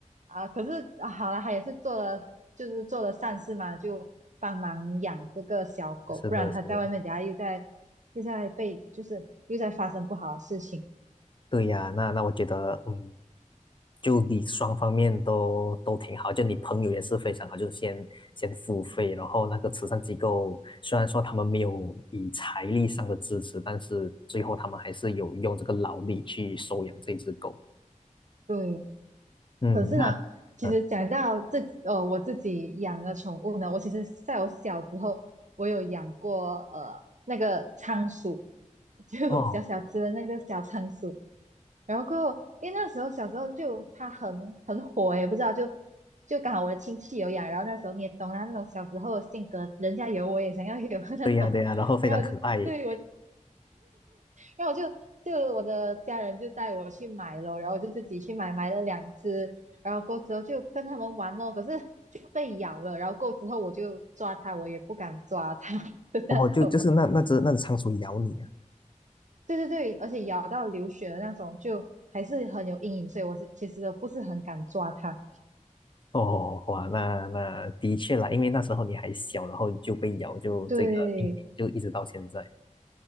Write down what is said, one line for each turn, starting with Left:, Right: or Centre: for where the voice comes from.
Right: 啊，可是啊，好了，他也是做了，就是做了善事嘛，就帮忙养这个小狗，
Left: 是的，
Right: 不然他在外面，
Left: 是的。
Right: 等下又在又在被，就是又在发生不好的事情，
Left: 对呀，那那我觉得，嗯，就你双方面都都挺好，就你朋友也是非常好，就先先付费，然后那个慈善机构虽然说他们没有以财力上的支持，但是最后他们还是有用这个劳力去收养这只狗。
Right: 对，
Left: 嗯，
Right: 可是呢，
Left: 那嗯
Right: 其实讲到这，呃，我自己养的宠物呢，我其实在我小时候，我有养过呃那个仓鼠，就小小只的那个小仓鼠。
Left: 哦，
Right: 然后过后，因为那时候小时候就它很很火诶，不知道就就刚好我的亲戚有养，然后那时候你也懂啦，那种小时候的性格，人家有我也想要有 <laughs> 那种，
Left: 对呀对呀，然后非常可爱耶
Right: 然后我就对我然后我就就我的家人就带我去买了，然后我就自己去买，买了两只，然后过之后就跟他们玩哦，可是就被咬了，然后过之后我就抓它，我也不敢抓它 <laughs> 的那种，
Left: 哦，就就是那那只那只仓鼠咬你啊。
Right: 对对对，而且咬到流血的那种，就还是很有阴影，所以我是其实不是很敢抓它，
Left: 哦，哇，那那的确啦，因为那时候你还小，然后就被咬，就这个阴影就一直到现在。
Right: 对。